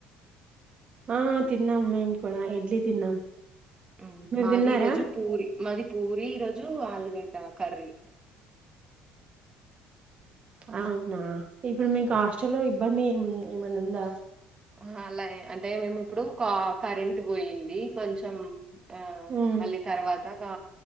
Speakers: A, on the right; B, on the right.
A: ఆ తిన్నాం మేము కూడా ఇడ్లీ తిన్నాం
B: ఉమ్
A: మీరు
B: మాది
A: తిన్నారా
B: ఈ రోజు పూరి మాది పూరి ఈరోజు ఆలుగడ్డ కర్రీ
A: అవునా ఇప్పుడు మీకు హాస్టల్లో ఇబ్బంది ఏం ఏమైన్నా ఉందా
B: ఆహా అలా అంటే మేము ఇప్పుడు కా కరెంట్ పోయింది కొంచం ఆ
A: ఉమ్,
B: మళ్ళీ తర్వాత అంతాగా